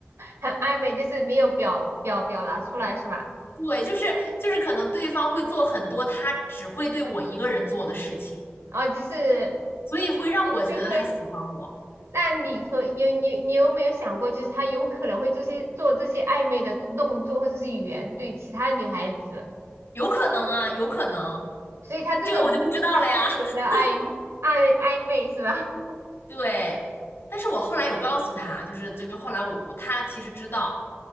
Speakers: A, on the right; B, on the left.
A: 很暧昧，就是没有表表表达出来是吧？
B: 对，就是就是可能对方会做很多他只会对我一个人做的事情，
A: 哦，就是。
B: 所以会让我觉得他喜欢我，
A: 对对。那你可你有你你有没有想过，就是他有可能会这些做这些暧昧的动作或者是语言对其他女孩子，
B: 有可能啊，有可能。
A: 所以他这种
B: 这个我就不知道了呀。<laughs>
A: 情的暧暧 <laughs> 暧昧是吧？<laughs>
B: 对，但是我后来有告诉他，就是就后来我我他其实知道，